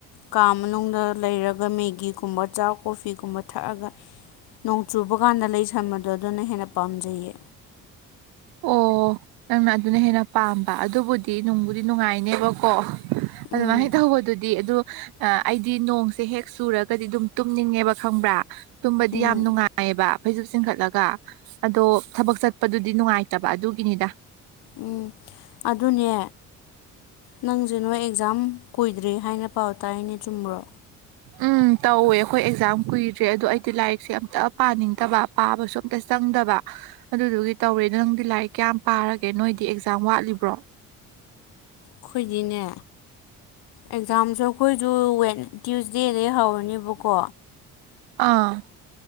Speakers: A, on the left (about 55°); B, on the right (about 55°).
A: ꯀꯥ ꯃꯅꯨꯡꯗ ꯂꯩꯔꯒ ꯃꯦꯒꯤꯒꯨꯝꯕ ꯆꯥꯛ ꯀꯣꯐꯤꯒꯨꯝꯕ ꯊꯛꯑꯒ ꯅꯣꯡ ꯆꯨꯕ ꯀꯥꯟꯗ ꯂꯩꯁꯟꯕꯗꯣ ꯑꯗꯨꯅ ꯍꯦꯟꯅ ꯄꯥꯝꯖꯩꯌꯦ
B: ꯑꯣ ꯅꯪꯅ ꯑꯗꯨꯅ ꯍꯦꯟꯅ ꯄꯥꯝꯕ ꯑꯗꯨꯕꯨꯗꯤ ꯅꯨꯡꯕꯨꯗꯤ ꯅꯨꯡꯉꯥꯏꯅꯦꯕꯀꯣ ꯑꯗꯨꯃꯥꯏꯅ
A: ꯎꯝ
B: ꯍꯦꯛ ꯇꯧꯕꯗꯨꯗꯤ ꯑꯗꯨ ꯑꯩꯗꯤ ꯅꯣꯡꯁꯦ ꯍꯦꯛ ꯆꯨꯔꯛ ꯀꯗꯤ ꯑꯗꯨꯝ ꯇꯨꯝꯅꯤꯡꯉꯦꯕ ꯈꯪꯕ꯭ꯔꯥ ꯇꯨꯝꯕꯗꯤ
A: ꯎꯝ
B: ꯌꯥꯝ ꯅꯨꯡꯉꯥꯏꯌꯦꯕ ꯐꯩꯖꯨꯞ ꯆꯤꯡꯈꯠꯂꯒ ꯑꯗꯣ ꯊꯕꯛ ꯆꯠꯄꯗꯨꯗꯤ ꯅꯨꯡꯉꯥꯏꯇꯕ ꯑꯗꯨꯒꯤꯅꯤꯗ
A: ꯎꯝ ꯑꯗꯨꯅꯦ ꯅꯪꯁꯦ ꯅꯣꯏ ꯑꯦꯛꯖꯥꯝ ꯀꯨꯏꯗ꯭ꯔꯤ ꯍꯥꯏꯅ ꯄꯥꯎ ꯇꯥꯢꯅꯦ ꯆꯨꯝꯕ꯭ꯔꯣ
B: ꯎꯝ ꯇꯧꯋꯦ ꯑꯩꯈꯣꯏ ꯑꯦꯛꯖꯥꯝ ꯀꯨꯏꯗ꯭ꯔꯦ ꯑꯗꯣ ꯑꯩꯗꯤ ꯂꯥꯏꯔꯤꯛꯁꯦ ꯑꯝꯇ ꯄꯥꯅꯤꯡꯗꯕ ꯄꯥꯕꯁꯨ ꯑꯝꯇ ꯆꯪꯗꯕ ꯑꯗꯨꯗꯨꯒꯤ ꯇꯧꯔꯦ ꯅꯪꯗꯤ ꯂꯥꯏꯔꯤꯛ ꯀꯌꯥꯝ ꯄꯥꯔꯒꯦ ꯅꯣꯏꯗꯤ ꯑꯦꯛꯖꯥꯝ ꯋꯥꯠꯂꯤꯕ꯭ꯔꯣ
A: ꯈꯣꯏꯗꯤꯅꯦ ꯑꯦꯛꯖꯥꯝꯁꯨ ꯑꯩꯈꯣꯏꯁꯨ ꯋꯦꯠ ꯇ꯭ꯌꯨꯁꯗꯦꯗꯩ ꯍꯧꯔꯅꯦꯕꯀꯣ
B: ꯑꯥ